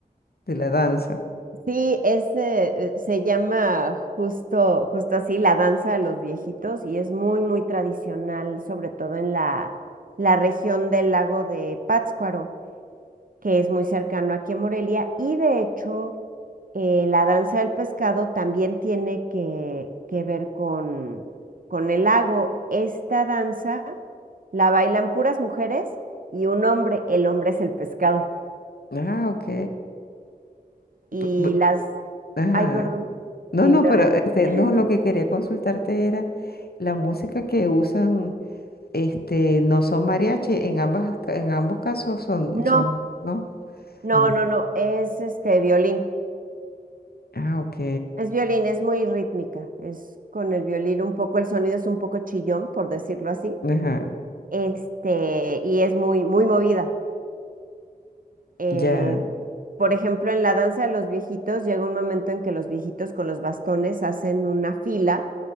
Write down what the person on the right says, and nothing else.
Sí, es, eh, eh, se llama justo, justo así, la danza de los viejitos y es muy, muy tradicional, sobre todo en la, la región del lago de Pátzcuaro. que es muy cercano aquí en Morelia, y de hecho eh, la danza del pescado también tiene que, que ver con, con el lago. Esta danza la bailan puras mujeres y un hombre, el hombre es el pescado.
Y
las...
Ay, perdón,
te interrumpí.
<laughs>
No,
no,
no, no, es este violín.
Es violín, es muy rítmica, es con el violín un poco, el sonido es un poco chillón, por decirlo así.
este, y es muy, muy movida. Eh,
por ejemplo, en la danza de los viejitos llega un momento en que los viejitos con los bastones hacen una fila